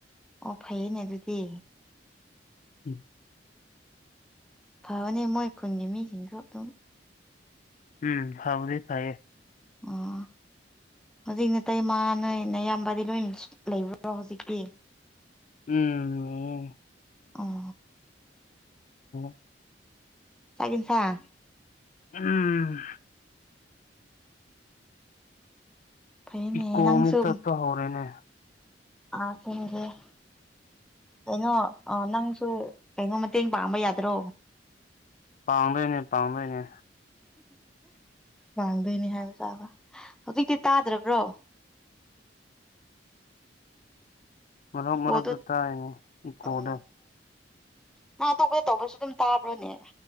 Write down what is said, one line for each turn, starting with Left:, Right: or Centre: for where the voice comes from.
Centre: ꯑꯣ ꯐꯩꯌꯦꯅꯦ ꯑꯗꯨꯗꯤ
Left: <inaudible>
Centre: ꯐꯕꯅꯤ ꯃꯣꯏ ꯈꯨꯟꯒꯤ ꯃꯤꯁꯤꯡꯁꯨ ꯑꯗꯨꯝ
Left: ꯎꯝ ꯐꯕꯗꯤ ꯐꯩꯌꯦ
Centre: ꯑꯣ ꯍꯧꯖꯤꯛ ꯅꯇꯩ ꯃꯥ ꯅꯣꯏꯅꯌꯥꯝꯕꯗꯤ ꯂꯣꯏ ꯂꯩꯕ꯭ꯔꯣ ꯍꯧꯖꯤꯛꯇꯤ
Left: ꯎꯝ
Centre: ꯑꯣ
Left: <inaudible>
Centre: ꯆꯥꯛ ꯏꯟꯁꯥꯡ
Left: ꯑꯝ
Centre: ꯐꯩꯅꯦ
Left: ꯏꯀꯣ
Centre: ꯅꯪꯁꯨ
Left: ꯑꯃꯨꯛ ꯆꯠꯄ ꯍꯧꯔꯦꯅꯦ
Centre: ꯑꯥ <unintelligible> ꯀꯩꯅꯣ ꯅꯪꯁꯨ ꯀꯩꯅꯣ ꯃꯇꯦꯡ ꯄꯥꯡꯕ ꯌꯥꯗ꯭ꯔꯣ
Left: ꯄꯥꯡꯗꯣꯏꯅꯦ ꯄꯥꯡꯗꯣꯏꯅꯦ
Centre: ꯥꯄꯥꯡꯗꯣꯏꯅꯦ ꯍꯥꯏꯕ ꯍꯧꯖꯤꯛꯇꯤ ꯇꯥꯗ꯭ꯔꯕ꯭ꯔꯣ
Left: ꯃꯔ
Centre: ꯏꯀꯣꯗꯣ
Left: ꯃꯔꯛꯇ ꯇꯥꯏꯅꯦ ꯏꯀꯣꯗ
Centre: ꯎꯝ ꯅꯪ ꯑꯇꯣꯞꯄꯗ ꯇꯧꯕꯁꯨ ꯑꯗꯨꯝ ꯇꯥꯕ꯭ꯔꯣꯅꯦ